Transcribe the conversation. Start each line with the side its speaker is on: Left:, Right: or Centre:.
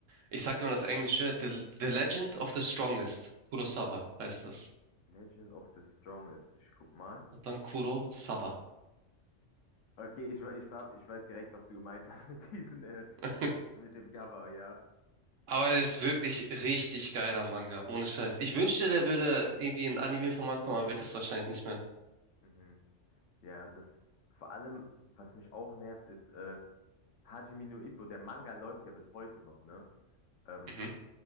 Right: ich sag dir mal das Englische, The, The Legend of the Strongest. Kurosawa heißt das.
Left: Legend of the Strongest. Ich guck mal.
Right: Und dann Kurosawa.
Left: Okay, ich, we- ich, hab- ich weiß direkt, was du gemeint hast <laughs> mit diesen, äh,
Right: <laughs>
Left: mit dem Cover, ja.
Right: Aber es ist wirklich richtig geiler Manga, ohne Scheiß. Ich wünschte, der würde irgendwie in Anime-Format kommen, aber wird es wahrscheinlich nicht mehr.
Left: Mhm. Ja, das vor allem, was mich auch nervt, ist äh, Hajime no Ippo. Der Manga läuft ja bis heute noch, ne? Ähm,
Right: Mhm.